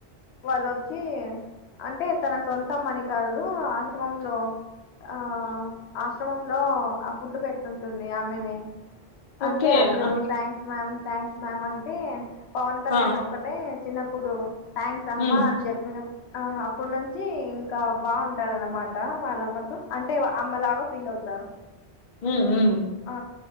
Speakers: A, on the left; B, on the left.
A: వాళ్ళొచ్చీఅంటే తన సొంత మని కాదు ఆశ్రమంలో ఆ ఆశ్రమంలో ఆ ఫుడ్ పెట్ట అన్నయ ఆమెని
B: ఓకే
A: అంటే అందరూ
B: ఆ
A: థ్యాంక్స్ మ్యామ్ థ్యాంక్స్ మ్యామ్ అంటే పవన్ కళ్యాణ్
B: ఆ
A: ఒకటే చిన్న ఇప్పుడు థ్యాంక్స్ అమ్మా
B: ఉమ్
A: అని చెప్పిన అప్పడు నుంచి ఇంకా బావుంటారన్నమాట ఆ... వాళ్ళమ్మతో అంటే అమ్మలాగా ఫీల్ అవుతారు
B: మ్.... ఉమ్
A: ఆ